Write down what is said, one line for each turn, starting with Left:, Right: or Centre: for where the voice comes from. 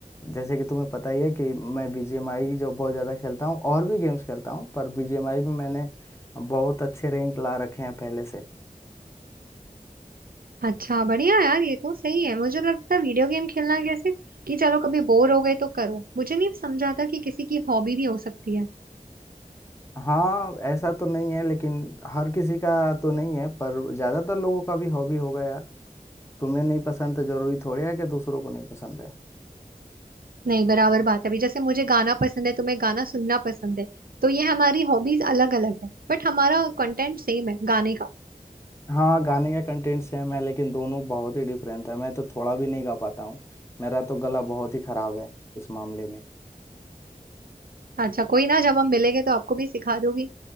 Left: जैसे कि तुम्हें पता ही है कि मैं बीजीएमआई जो बहुत ज़्यादा खेलता हूँ और भी गेम्स खेलता हूँ पर बीजीएमआई में मैंने बहुत अच्छे रैंक ला रखे हैं पहले से
Right: अच्छा बढ़िया यार ये तो सही है मुझे लगता है वीडियो गेम खेलना कैसे कि चलो कभी बोर हो गए तो करो मुझे नहीं समझा था कि किसी की हॉबी भी हो सकती है
Left: हाँ ऐसा तो नहीं है लेकिन हर किसी का तो नहीं है पर ज़्यादातर लोगों का भी हॉबी होगा यार तुम्हें नहीं पसंद तो जरूरी थोड़ी है कि दूसरों को नहीं पसंद है
Right: नहीं बराबर बात है अभी जैसे मुझे गाना पसंद है तुम्हें गाना सुनना पसंद है तो ये हमारी हॉबीज अलग अलग है बट हमारा कंटेंट सेम है गाने का
Left: हाँ गाने का कंटेंट सेम है लेकिन दोनों बहुत ही डिफरेंट है मैं तो थोड़ा भी नहीं गा पाता हूँ मेरा तो गला बहुत ही खराब है इस मामले में
Right: अच्छा कोई ना जब हम मिलेंगे तो आपको भी सिखा दोगी